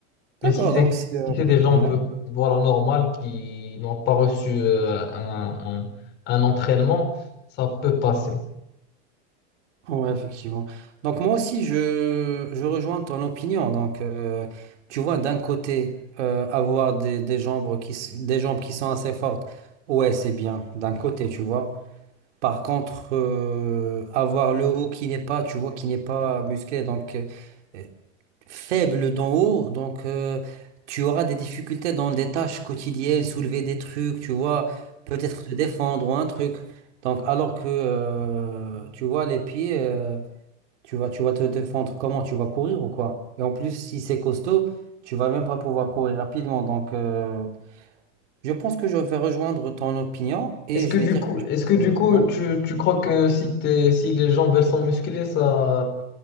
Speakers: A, on the right; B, on the left.
A: D'accord,
B: Mais si c'est,
A: donc c'est... euh,
B: si c'est des gens
A: ouais,
B: un peu, voilà, normales qui n'ont pas reçu euh, un, un un entraînement, ça peut passer.
A: ouais, effectivement. Donc, moi aussi, je, je rejoins ton opinion. Donc, euh, tu vois, d'un côté, euh, avoir des, des jambes qui, s- des jambes qui sont assez fortes, ouais, c'est bien, d'un côté, tu vois. Par contre, euh, avoir le haut qui n'est pas, tu vois, qui n'est pas musclé, donc euh, euh, faible d'en haut, donc euh, tu auras des difficultés dans des tâches quotidiennes, soulever des trucs, tu vois, peut-être te défendre ou un truc. Donc, alors que, euh, tu vois, les pieds, euh, tu vas, tu vas te défendre comment? Tu vas courir ou quoi? Et en plus, si c'est costaud, tu vas même pas pouvoir courir rapidement. Donc, euh, je pense que je vais rejoindre ton opinion et
B: Est-ce
A: je
B: que du
A: vais dire
B: coup,
A: que je...
B: est-ce
A: préfère-
B: que du coup,
A: ouais.
B: tu, tu crois que si t'es, si les jambes elles sont musclées, ça,